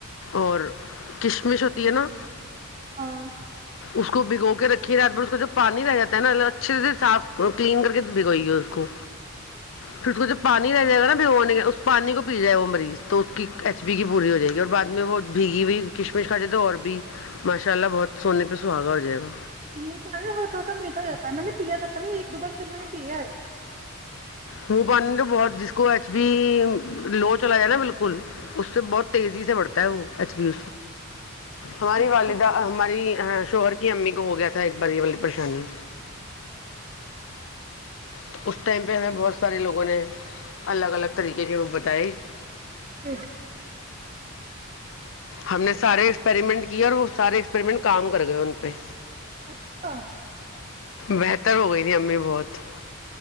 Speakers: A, on the left (about 65°); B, on the right (about 35°).
A: اور کشمش ہوتی ہے نا
B: ہاں
A: اس کو بگو کے رکھی پ رات میں اس کو جو پانی رہ جاتا ہے نا اچھے سے صاف کلین کر کے بھگوئیے اس کو پھر اس کو جو پانی رہ جائے گا نا بھگونے کا اس پانی کو پی جائے وہ مریض تو اس کی ایچ بیی کی پوری ہو جائے گی اور بعد میں وہ بھیگی بھیئی کشمش کھا جائے تو اور بھی ماشاء اللہ بہت سونے پہ سہاگا ہو جائے گا
B: یہ ہلکاکا میٹا ہو جاتا ہے میں نے پیا تھا پتا نہیں ایک دو بار شد میں نے پیا ہے
A: مہ پانی بہت جس کو ایچ بی لو چلا جائے نا بالکل اس سے بہت تیزی سے بڑھتا ہے وہ ایچ بی ہماری
B: اچھا
A: والدہ ہماری شہر کی امی کو ہو گیا تھا ایک باری والی پریشانی تو اس ٹائم پہ ہمیں بہت سارے لوگوں نے الگ الگ طریقے کے وہ بتائی
B: اٹ
A: ہم نے سارے ایکسپریمنٹ کیے اور وہ سارے ایکسپریمنٹ کام کر گئے ان پہ
B: اچھا
A: بہتر ہو گئی ت امی بہت